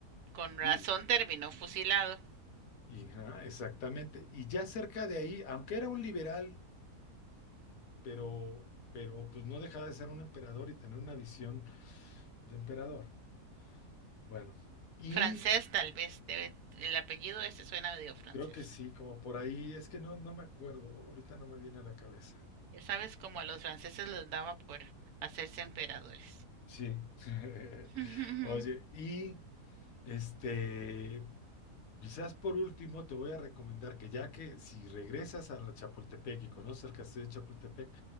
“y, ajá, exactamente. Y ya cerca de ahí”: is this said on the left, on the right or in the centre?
Left